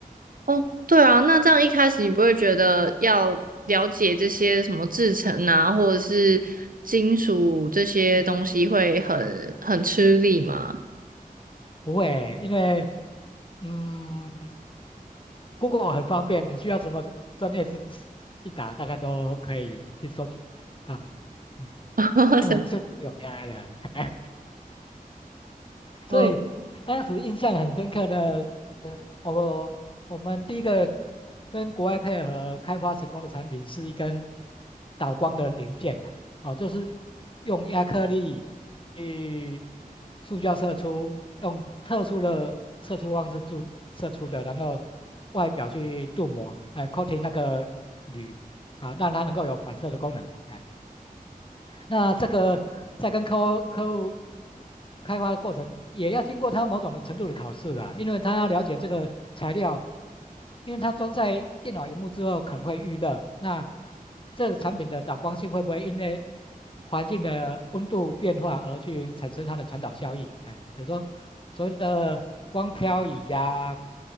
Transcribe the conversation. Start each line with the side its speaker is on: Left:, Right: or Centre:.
Right: 哦，对啊，那这样一开始你不会觉得要了解这些什么制成啊，或者是金属这些东西会很很吃力吗？
Left: 不会，因为嗯，Google 很方便，你需要什么专业知识，一打大概都可以去收集到。嗯，
Right: <laughs>
Left: 这个是有 AI 的，<laughs> 所以当时印象很深刻的，
Right: 哦。
Left: 嗯我我们第一个跟国外配合开发成功的产品是一根导光的零件呐、哦，就是用亚克力去塑胶射出，用特殊的射出方式注射出的，然后外表去镀膜，哎，coating 那个铝啊，让它能够有反射的功能，哎，那这个在跟客户客户开发的过程，也要经过他某种的程度的考试啊，因为他要了解这个材料，因为他装在电脑荧幕之后可能会遇热，那这个产品的导光性会不会因为环境的温度变化而去产生它的传导效应？哎，比如说所谓的光漂移呀、